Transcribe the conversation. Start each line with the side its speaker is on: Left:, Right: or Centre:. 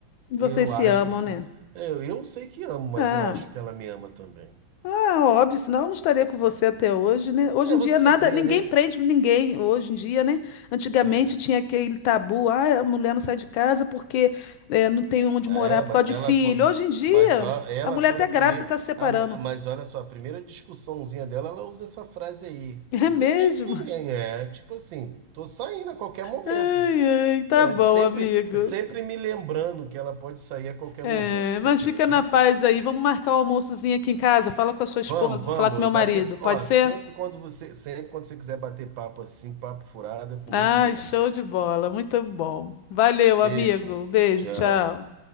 Left: Vocês
Right: eu
Left: se
Right: acho
Left: amam,
Right: que.
Left: né?
Right: Eu, eu sei que amo, mas
Left: Ah.
Right: eu acho que ela me ama também.
Left: Ah, óbvio, senão eu não estaria com você até hoje, né? Hoje
Right: É,
Left: em
Right: você
Left: dia nada,
Right: vê,
Left: ninguém
Right: né?
Left: prende ninguém hoje em dia, né? Antigamente
Right: É.
Left: tinha aquele tabu, ah, a mulher não sai de casa porque eh, não tem onde
Right: É,
Left: morar por
Right: mas
Left: causa de
Right: ela
Left: filho.
Right: quando,
Left: Hoje em dia,
Right: mas ó, ela
Left: a mulher
Right: quando
Left: até
Right: a
Left: grávida
Right: primeira,
Left: está se separando.
Right: a mi- mas olha só, a primeira discussãozinha dela, ela usa essa frase aí.
Left: <laughs> É
Right: Ninguém
Left: mesmo?
Right: prende ninguém, é tipo assim, tô saindo a qualquer momento.
Left: Ai, ai, tá
Right: É
Left: bom,
Right: sempre,
Left: amigo.
Right: sempre me lembrando que ela pode sair a qualquer
Left: É,
Right: momento, você
Left: mas
Right: acredita?
Left: fica na paz aí. Vamos marcar o almoçozinho aqui em casa. Fala com a sua esposa,
Right: Vamos,
Left: vou
Right: vamos,
Left: falar com meu marido.
Right: bater,
Left: Pode
Right: ó,
Left: ser?
Right: sempre quando você, sempre quando você quiser bater papo assim, papo furado, é comigo
Left: Ai,
Right: mesmo.
Left: show de bola, muito bom. Valeu, amigo.
Right: Beijo.
Left: Beijo,
Right: Tchau.
Left: tchau.